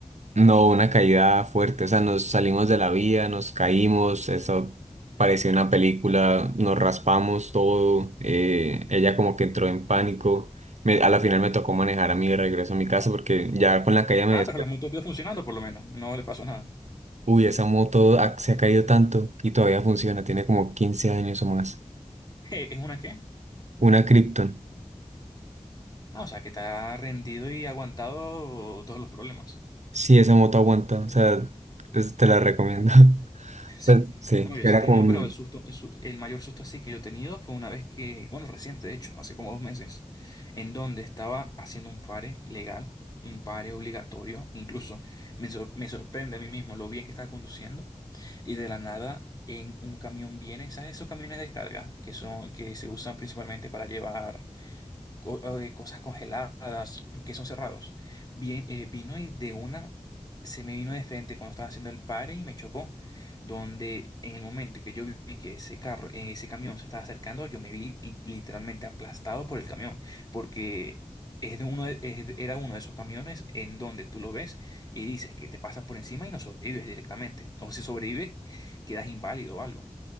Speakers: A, on the right; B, on the left.
A: No, una caída fuerte, o sea, nos salimos de la vía, nos caímos, eso parecía una película, nos raspamos todo, eh, ella como que entró en pánico, me- a la final me tocó manejar a mí de regreso a mi casa porque ya con la caída me
B: Ah,
A: desperté.
B: pero la moto quedó funcionando por lo menos. No le pasó nada.
A: Uy, esa moto ha- se ha caído tanto y todavía funciona, tiene como 15 años o más.
B: <laughs> ¿Es una qué?
A: Una Krypton,
B: Ah, o sea, que está rendido y aguantado todos los problemas.
A: sí, esa moto aguanta, o sea, es- te la recomiendo. <laughs>
B: <laughs> Sí.
A: Pues sí,
B: No, yo
A: era
B: sí he tenido,
A: como mi,
B: pero el susto, el, su- el mayor susto así que yo he tenido fue una vez que, bueno, reciente, de hecho, hace como dos meses, en donde estaba haciendo un pare legal, un pare obligatorio, incluso me, sor- me sorprende a mí mismo lo bien que estaba conduciendo, y de la nada en un camión viene, ¿sabes? Esos camiones de descarga que son, que se usan principalmente para llevar co- eh, cosas congeladas, quesos cerrados. Bien, eh, vino y de una se me vino de frente cuando estaba haciendo el pare y me chocó. Donde en el momento que yo vi que ese carro, eh, ese camión se estaba acercando, yo me vi li- literalmente aplastado por el camión, porque es de uno de- es de- era uno de esos camiones en donde tú lo ves y dices que te pasas por encima y no sobrevives directamente. O si sobrevives, quedas inválido o algo.